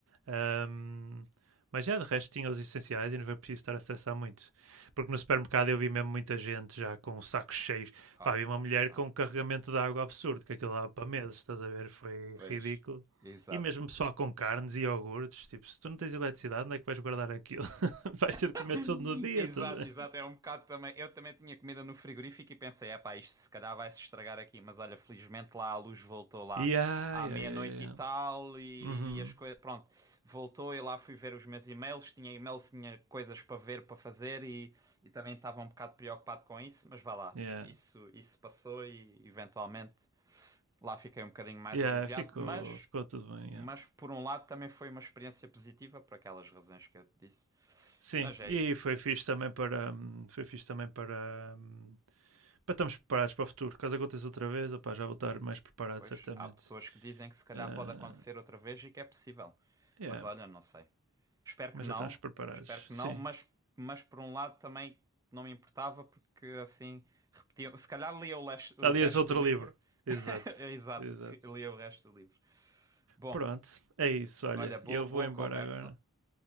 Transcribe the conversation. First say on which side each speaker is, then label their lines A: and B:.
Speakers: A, on the right; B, on the right.
A: Ahm, mas já, de resto tinha os essenciais e não foi preciso estar a estressar muito. Porque no supermercado eu vi mesmo muita gente já com sacos cheios.
B: Ah,
A: Pá, vi uma mulher
B: então,
A: com um carregamento de água absurdo, que aquilo lá para meses, estás a ver? Foi
B: pois,
A: ridículo.
B: exato.
A: E mesmo pessoal com carnes e iogurtes, tipo, se tu não tens eletricidade, onde é que vais guardar aquilo? <laughs> vais ter de comer
B: <laughs>
A: todo no dia.
B: Exato,
A: Tudo.
B: exato, é um bocado também. Eu também tinha comida no frigorífico e pensei, é pá, isto se calhar vai se estragar aqui, mas olha, felizmente lá a luz voltou lá
A: Yeah,
B: à
A: yeah,
B: meia-noite
A: yeah, yeah. yeah.
B: e tal e,
A: Uhum.
B: e as coisas, pronto, voltou e lá fui ver os meus e-mails, tinha e-mails, tinha coisas para ver, para fazer e, e também estava um bocado preocupado com isso, mas vá lá,
A: Yeah.
B: isso, isso passou e eventualmente lá fiquei um bocadinho mais
A: Yeah,
B: aliviado,
A: ficou,
B: mas,
A: ficou tudo bem,
B: mas
A: yeah.
B: por um lado também foi uma experiência positiva por aquelas razões que eu te disse,
A: Sim,
B: mas é
A: e
B: isso.
A: foi fixe também para hum, foi fixe também para, hum, para estarmos preparados para o futuro. Caso aconteça outra vez, opá, já vou estar mais preparado
B: Pois,
A: certamente.
B: há pessoas que dizem que se calhar
A: Ah,
B: pode acontecer outra vez e que é possível.
A: yeah,
B: Mas olha, não sei. Espero
A: mas
B: que não,
A: já estamos preparados.
B: espero que
A: Sim.
B: não, mas, mas por um lado também não me importava porque assim repetia. Se calhar lia o, les- o
A: Aliás,
B: resto
A: outro
B: do livro.
A: livro. Exato.
B: <laughs> Exato,
A: Exato.
B: re- lia o resto do livro. Bom,
A: Pronto, é isso, olha.
B: olha, boa,
A: Eu vou
B: boa
A: embora
B: conversa.
A: agora.